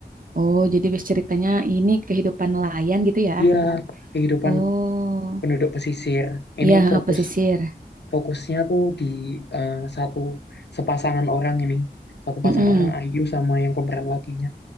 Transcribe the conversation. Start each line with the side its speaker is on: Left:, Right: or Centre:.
Right: Oh, jadi base ceritanya ini kehidupan nelayan gitu ya?
Left: Iya, kehidupan
Right: Oh,
Left: penduduk pesisir. Ini
Right: iya, heeh,
Left: fokus
Right: pesisir.
Left: fokusnya tuh di eh, satu sepasangan orang ini. Satu pasang
Right: Mm-mm,
Left: orang Ayu sama yang pemeran lakinya.